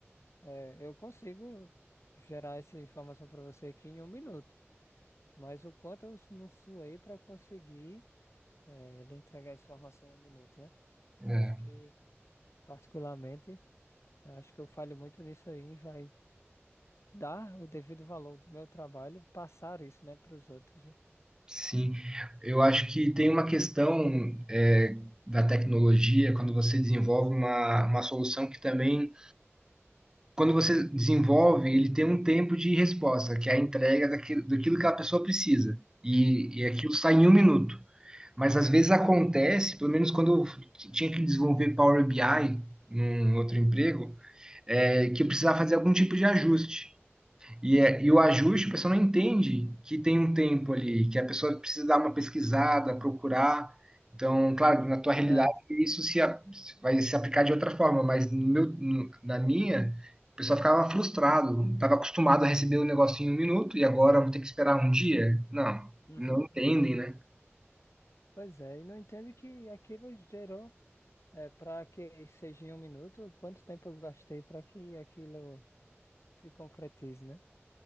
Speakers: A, on the left; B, on the right.
A: é, eu consigo gerar essa informação para você aqui em um minuto, mas o quanto eu não suei para conseguir é, lhe entregar essa informação em um minuto, né? Eu
B: É,
A: acho que, particularmente, eu acho que eu falho muito nisso aí, vai dar o devido valor do meu trabalho, passar isso, né, para os outros, né?
B: sim. Eu acho que tem uma questão é, da tecnologia, quando você desenvolve uma, uma solução que também, quando você desenvolve, ele tem um tempo de resposta, que é a entrega daquilo, daquilo que a pessoa precisa. E,
A: Uhum.
B: e aquilo sai em um minuto. Mas às vezes acontece, pelo menos quando eu tinha que desenvolver Power BI num outro emprego, é, que precisar fazer algum tipo de ajuste. E, é- e o ajuste, a pessoa não entende que tem um tempo ali, que a pessoa precisa dar uma pesquisada, procurar. Então, claro, na tua realidade,
A: Né?
B: isso se, a- vai se aplicar de outra forma, mas no meu, no- na minha, o pessoal ficava frustrado, estava acostumado a receber o negócio em um minuto e agora vou ter que esperar um dia? Não,
A: Uhum.
B: não entendem, né?
A: Pois é, e não entendo que aquilo gerou, é, para que seja em um minuto, quanto tempo eu gastei para que aquilo se concretize, né?